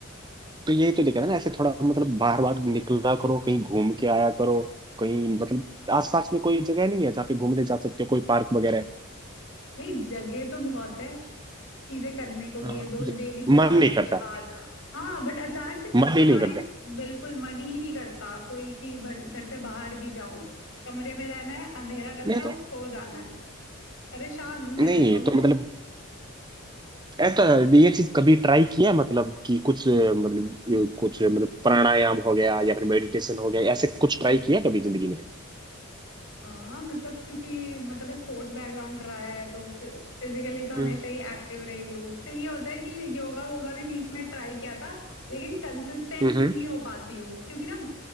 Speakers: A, on the right; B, on the left.
A: तो ये तो दिखा है ना ऐसे थोड़ा मतलब बाहर बाहर निकला करो कहीं घूम के आया करो कहीं मतलब आसपास में कोई जगह नहीं है जहाँ पे घूमने जा सकते हो कोई पार्क वगैरह है
B: नहीं जगह तो बहुत है चीजें करने को भी
A: हाँ,
B: है दोस्त डेली
A: मन
B: बुला रहे
A: नहीं करता
B: कि आ जा हाँ बट अचानक से
A: मन ही नहीं
B: सारी
A: करता
B: बिल्कुल मन ही नहीं करता कोई कि भर- घर से बाहर भी जाऊं कमरे में रहना है अंधेरा करना
A: नहीं
B: है
A: तो
B: और सो जाना है परेशान हूं
A: नहीं
B: मैं और मुझे
A: तो मतलब ऐसा ये चीज कभी ट्राई किया है? मतलब कि कुछ अ, मतलब अ, कुछ अ, मतलब प्राणायाम हो गया या फिर मेडिटेशन हो गया ऐसे कुछ ट्राई किया कभी जिंदगी में
B: हाँ मतलब क्योंकि मतलब स्पोर्ट्स बैकग्राउंड रहा है तो फिजिकली तो हमेशा
A: हम्म
B: ही एक्टिव रही हूँ फिर ये होता है कि योगा वोगा भी बीच में ट्राई किया था लेकिन कंसिस्टेंट
A: हम्म।
B: नहीं हो पाती हूँ क्योंकि ना